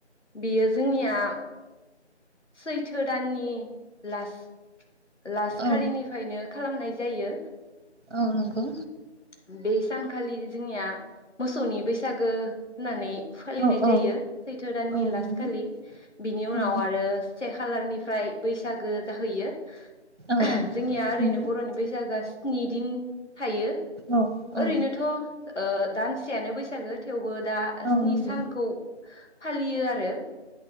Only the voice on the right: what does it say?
औ
ओ नंगौ
औ औ
औ
नंगौ
औ
औ
नंगौ
औ
औ
औ
नंगौ